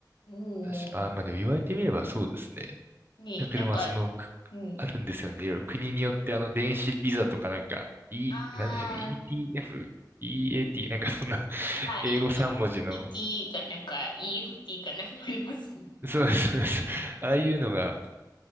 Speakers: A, on the left; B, on the right.
A: う
B: 確か、
A: ん。
B: あ、まあでも言われてみればそうですね。
A: ねえ、
B: なんかでもまあその、
A: なんか、
B: くあるんですよね。
A: うん。
B: いろいろ国によってあの電子ビザとかなんか、E、
A: あー、
B: なんでしたっけ ?ETF、EAT、なんかそんな <laughs>
A: あ、
B: 英語3文字の、
A: い、い、e t ーがなんか EFT かなんかありますね。
B: そうです、そうです。ああいうのが、